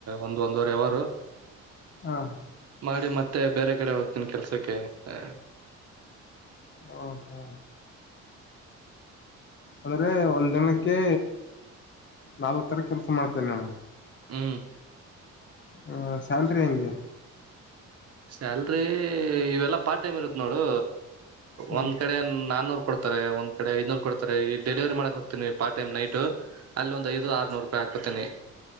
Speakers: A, on the right; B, on the left.
A: ಒಂದ್ ಒಂದುವರೆ ಅವರ್ರು.
B: ಹಾ
A: ಮಾಡಿ ಮತ್ತೆ ಬೇರೆ ಕಡೆ ಹೋಗ್ತಾನ್ ಕೆಲ್ಸಕ್ಕೆ ಹ.
B: ಹ ಹು. ಅಂದ್ರೆ ಒಂದ್ ದಿನಕ್ಕೆ ನಾಲ್ಕ್ ತರ ಕೆಲ್ಸ ಮಾಡ್ತೇನೆ ನೀನು.
A: ಹ್ಮ್
B: ಹ ಸ್ಯಾಲ್ರೀ ಹೆಂಗೆ.
A: ಸ್ಯಾಲ್ರಿ ಇವೆಲ್ಲಾ ಪಾರ್ಟ್ ಟೈಮ್ ಇರುತ್ತೆ ನೋಡು.
B: ಹ್ಮ್
A: ಒಂದ್ ಕಡೆ ನಾನ್ನೂರ್ ಕೊಡ್ <unintelligible> ಒಂದ್ ಕಡೆ ಐನೂರ್ ಕೊಡ್ತಾರೆ ಈ ಡೆಲಿವರಿ ಮಾಡಕ್ ಹೋಗ್ತೀನಿ ಪಾರ್ಟ್ ಟೈಮ್ ನೈಟು ಅಲ್ಲಿ ಒಂದ್ ಐದು ಆರುನೂರು. <unintelligible> ಹಾಕತೇನಿ